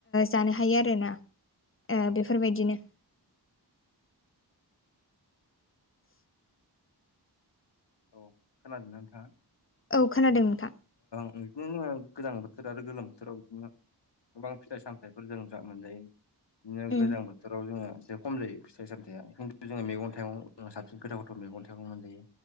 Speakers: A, on the left; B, on the left.
A: जानो हायो आरोना
B: औ
A: बेफोरबायदिनो
B: औ खोनाजोबनानै थाङा
A: औ खोनादोंमोनखाां
B: बिदिनो गोजां बोथोर आरो गोलोम बोथोराव बिदिनो गोबां फिथाइ सामथायफोर जों जा मोनजायो बिदिनो
A: उम
B: गोजां बोथोराव जोङो ज खम जायो फिथाइ सामथायाइया खिन्थु जोङ मगं थाइगं साबसिन गोथाव गोथाव मैगं थाइगं मोनजायो